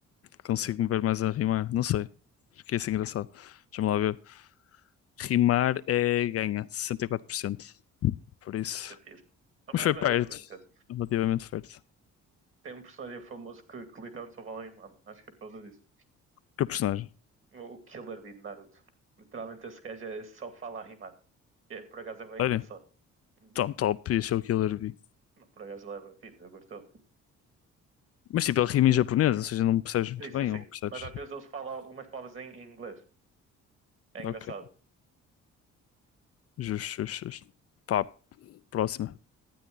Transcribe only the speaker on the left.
Consigo
me ver mais a rimar? Não sei. Fiquei assim engraçado. Deixa-me lá ver. Rimar é ganha, 64%. Por cento. Por isso.
Mas
foi perto.
Relativamente perto.
Que personagem?
Olha.
tão Top e achou que Killer Bee.
Mas tipo, ele rima em japonês, ou seja, não percebes muito
bem,
ou
percebes?
Ok. Justo, justo, justo. Pá, próxima.